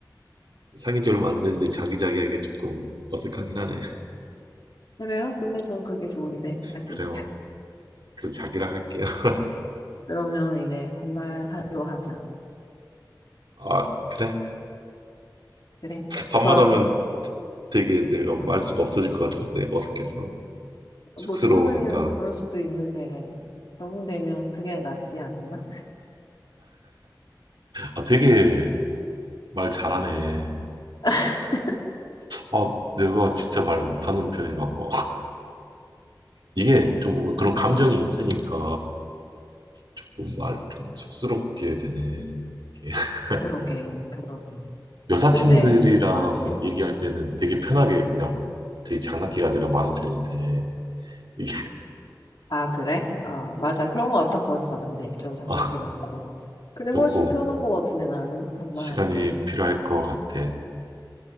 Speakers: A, on the right; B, on the left.
A: 사귄 지 얼마 <laughs> 안 됐는데 자기자기하게 조금 어색하긴 하네.
B: 그래요? 근데 저는 그게 좋은데, 자기?
A: 그래요. 그럼 자기라 할게요. <laughs>
B: 그러면 이제 반말로 하자.
A: 아, 그래.
B: 그래?
A: 밤마다
B: 좋아.
A: 하면 되게 내가 말 수가 없어질 것 같은데 어색해서
B: 뭐
A: 쑥스러우니까
B: 처음에는 그럴 수도 있는데, 적응되면 그게 낫지 않나?
A: 아 되게 말 잘하네
B: <laughs>
A: 아 내가 진짜 말 못하는 편인가 봐 이게 좀 뭔가 그런 감정이 있으니까 조금 말 좀 쑥스럽게 되네. 이렇게. <laughs>
B: 그러게, 그러게.
A: 여사친들이랑
B: 근데 훨씬
A: 얘기할 때는 되게 편하게 그냥 되게 장난기가 내가 많은 편인데 이게
B: 아, 그래? 아, 맞아. 그런 거 같아 보였어. 근데 좀 장난기
A: <laughs> 아,
B: 많고. 근데
A: 조금
B: 훨씬 편한 거 같은데 나는 반말하니까.
A: 시간이 필요할 것 같아.